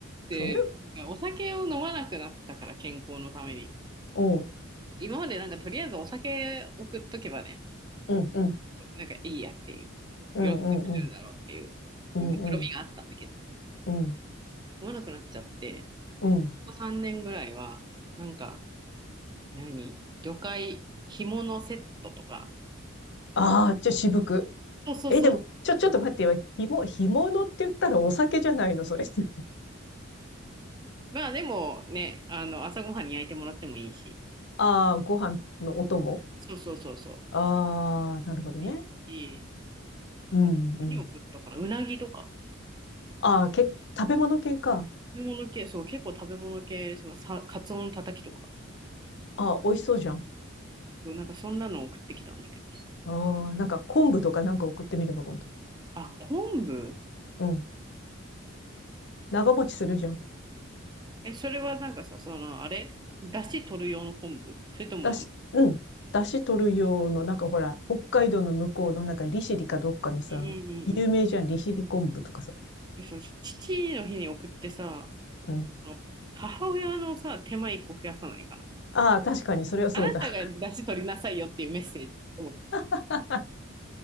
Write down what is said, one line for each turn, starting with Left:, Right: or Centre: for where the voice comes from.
Right: で、
Left: それ、
Right: なんかお酒を飲まなくなったから、健康のために。
Left: うん、うん、
Right: 今までなんかとりあえずお酒送っとけばね、
Left: うん、
Right: なんかいいやっていう、
Left: うん、
Right: 喜んでくれるだろうっていう、
Left: うん、うん、うん、
Right: こう目論みがあったんだけど、
Left: うん、
Right: 飲まなくなっちゃって、
Left: うん。
Right: ここ3年ぐらいは、なんか、何魚介紐のセットとか。
Left: ああ、じゃあ渋く。
Right: そうそうそうそう。
Left: え、でも、ちょ、ちょっと待ってよ。ひも、干物って言ったらお酒じゃないの、それって。<laughs>
Right: まあでもね、あの、朝ごはんに焼いてもらってもいいし。
Left: ああ、ご飯のお供
Right: そうそうそうそう。
Left: ああ、なるほどね。
Right: いい、いい。
Left: うん、
Right: あと何を食ったかなうなぎとか。
Left: うん。ああ、け、食べ物系か。
Right: 食べ物系、そう、結構食べ物系ですよ。さ、カツオのたたきとか。
Left: ああ、美味しそうじゃん。
Right: そうなんかそんなの送ってきたんだけどさ。
Left: ああ、なんか昆布とかなんか送ってみれば今度。
Right: あ、昆布
Left: うん。長持ちするじゃん。
Right: え、それはなんかさ、その、あれだし取る用の昆布それとも、
Left: だし、うん。だし取る用の、なんかほら、北海道の向こうの、なんか利尻かどっかのさ、
Right: うんうんうんうん。
Left: 有名じゃん、利尻昆布とかさ。
Right: でさ、父の日に送ってさ、
Left: うん。
Right: あの母親のさ、手間一個増やさないかな。
Left: ああ、確かに、それはそうだ。
Right: あなたが出汁取りなさいよっていうメッセージ。うん
Left: <laughs>